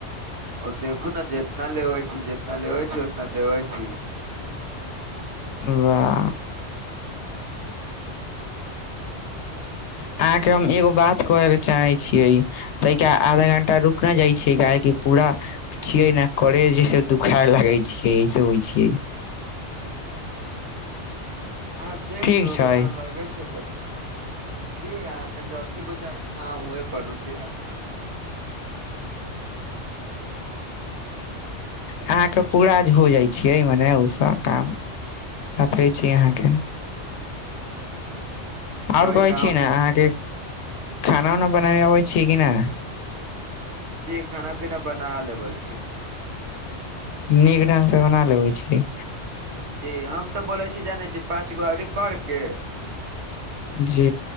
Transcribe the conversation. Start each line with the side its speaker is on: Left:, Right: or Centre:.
Right: ओ देखू ने जेतना लेबै छी, जितना लेबै छी उतना देबै छी।
Left: वाह। अहाँके हम एगो बात कहैके चाहै छियै। तहिके आधा घंटा रुक न जाइ छियै काहेकी पूरा छियै ने करेज ऐसे दुखाय लागै छियै ऐसे होय छियै।
Right: <inaudible> अहाँ देख
Left: ठीक
Right: लु अगर
Left: छै
Right: अहाँ लग अछि अथि, दे आब। जे अथि बुझायत अहाँ उहे करू जे अपनाक मोन मे लागै छै।
Left: अहाँके पूरा आज हो जाय छियै मने ओसभ काम। हफै छी अहाँके।
Right: जे जे
Left: और
Right: कही
Left: कहै
Right: न
Left: छी
Right: हम
Left: ने अहाँके खाना उना बनाबे अबै छियै कि नै
Right: जी खाना पीना बना लेबै छी।
Left: नीक ढंग से बना लेबै छी?
Right: जी हम त बोलै छी जानय छी पाँच गो औरी कर के
Left: जी।